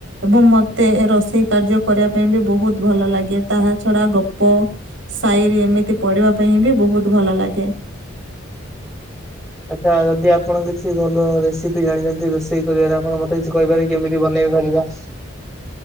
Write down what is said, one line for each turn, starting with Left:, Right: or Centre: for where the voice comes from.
Right: ଏବଂ ମତେ ରୋଷେଇ କାର୍ଯ୍ୟ କରିବା ପାଇଁ ବି ବୋହୁତ୍ ଭଲ ଲାଗେ। ଏବଂ ତାହା ଛଡା ଗପ ସାଏରି ଏମିତି ପଢିବା ପାଇଁ ବି ବହୁତ ଭଲ ଲାଗେ।
Centre: ଆଚ୍ଛା ଯଦି ଆପଣ କିଛି ଭଲ ରେସିପି ଜାଣିଛନ୍ତି ରୋଷେଇ କରିବାରେ ଆପଣ ମତେ କିଛି କହିହପାର କି କେମିତି ବନେଇ ପାରିବା?